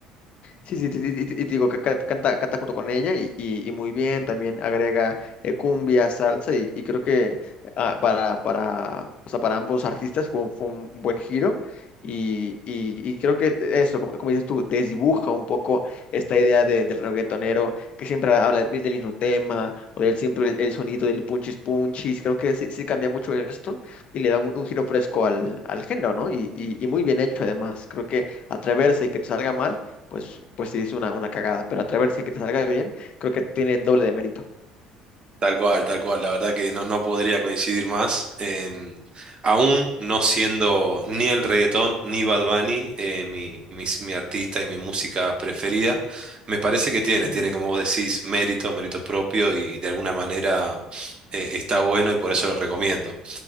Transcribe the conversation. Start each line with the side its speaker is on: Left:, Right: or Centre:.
Left: Sí, sí, sí, sí, y te y te digo que ca- canta, canta junto con ella y, y- y muy bien, también agrega eh, cumbia, salsa y, y creo que ah, para, para, o sea, para ambos artistas fue, un fue un buen giro y, y- y creo que eso, como, como dices tú, desdibuja un poco esta idea de, del reggaetonero que siempre habla del mismo tema o del siempre el, el sonido del punchis punchis, creo que sí, sí cambia mucho esto y le da un, un giro fresco al, al género, ¿no? Y, y, y muy bien hecho además, creo que atreverse y que te salga mal pues, pues sí es una, una cagada. Pero atreverse a que te salga bien, creo que tiene el doble de mérito.
Right: Tal cual, tal cual. La verdad que no, no podría coincidir más. em, aún no siendo ni el reggaetón ni Bad Bunny eh, mi, mis- mi artista y mi música preferida, me parece que tiene,
Left: Ujú,
Right: tiene como vos decís, mérito, mérito propio y de alguna manera eh, está bueno y por eso lo recomiendo.